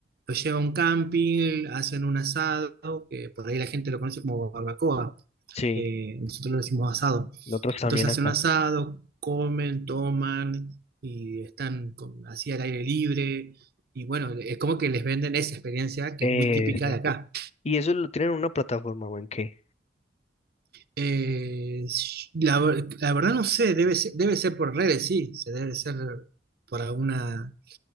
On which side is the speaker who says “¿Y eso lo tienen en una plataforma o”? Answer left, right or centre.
Left